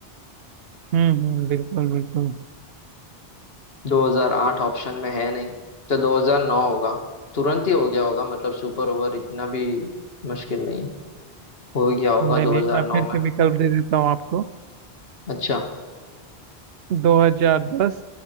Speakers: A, on the right; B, on the left.
A: हम्म हम्म बिल्कुल बिल्कुल
B: 2008 ऑप्शन में है नहीं तो 2009 होगा तुरंत ही हो गया होगा मतलब सुपर ओवर इतना भी मुश्किल नहीं है हो गया होगा
A: नहीं नहीं
B: 2009
A: मैं फिर से
B: में
A: विकल्प दे देता हूँ आपको
B: अच्छा
A: 2010